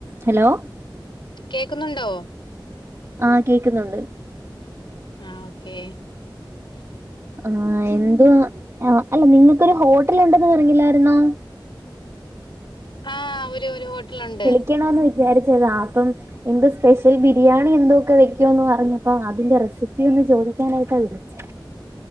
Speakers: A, on the right; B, on the left.
A: Hello
B: കേക്കുന്നുണ്ടോ?
A: ആഹ് കേക്കുന്നുണ്ട്
B: ആഹ് ഓക്കേ <unintelligible>
A: ആഹ് എന്തുവാ ആഹ് അല്ല നിങ്ങൾക്കൊരു ഹോട്ടൽ ഉണ്ടെന്ന് പറഞ്ഞില്ലായിരുന്നോ
B: ആഹ് ഒരു ഒരു ഹോട്ടല് ഉണ്ട്
A: വിളിക്കണംന്ന് വിചാരിച്ചതാ അപ്പം എന്തോ സ്പെഷ്യൽ ബിരിയാണി എന്തോക്കെ വെക്കോന്ന് പറഞ്ഞപ്പോ അതിന്റെ റെസിപ്പി ഒന്ന് ചോദിക്കാനായിട്ടാ വിളിച്ചേ